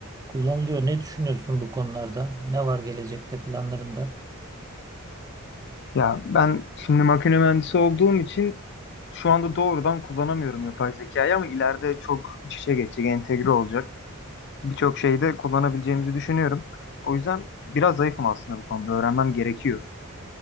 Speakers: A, on the right; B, on the left.
A: Kullanılıyor. Ne düşünüyorsun bu konularda? Ne var gelecekte planlarında
B: Ya ben şimdi makine mühendisi olduğum için şu anda doğrudan kullanamıyorum yapay zekayı ama ileride çok iç içe geçecek, entegre olacak. Birçok şeyde kullanabileceğimizi düşünüyorum. O yüzden biraz zayıfım aslında bu konuda. Öğrenmem gerekiyor.